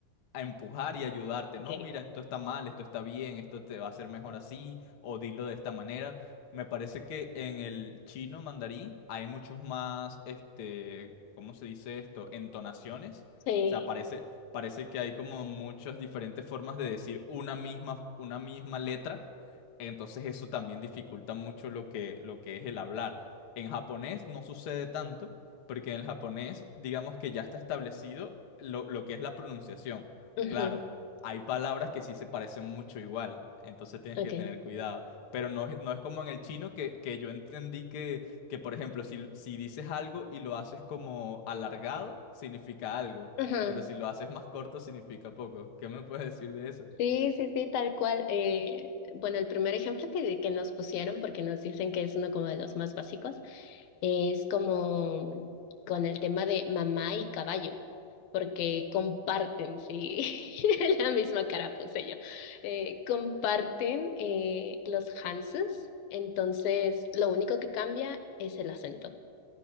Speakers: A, on the left; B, on the left.
A: a empujar y ayudarte,
B: Ok.
A: no, mira, esto está mal, esto está bien, esto te va a hacer mejor así, o dilo de esta manera. Me parece que en el chino mandarín hay muchos más, este, ¿cómo se dice esto? Entonaciones.
B: Sí,
A: O sea, parece, parece que hay como muchas diferentes formas de decir una misma, una misma letra. Entonces eso también dificulta mucho lo que, lo que es el hablar. En japonés no sucede tanto, porque en el japonés, digamos que ya está establecido lo, lo que es la pronunciación.
B: ujú,
A: Claro, hay palabras que sí se parecen mucho igual, entonces tienes
B: okay,
A: que tener cuidado. Pero no, es- no es como en el chino que, que yo entendí que, que, por ejemplo, si, si dices algo y lo haces como alargado, significa algo,
B: ujú.
A: pero si lo haces más corto, significa poco. ¿Qué me puedes decir de eso?
B: Sí, sí, sí, tal cual. Eh, bueno, el primer ejemplo que, que nos pusieron, porque nos dicen que es uno como de los más básicos, es como con el tema de mamá y caballo, porque comparten, sí, <laughs> la misma cara puse yo, eh, comparten eh, los Hanses, entonces lo único que cambia es el acento.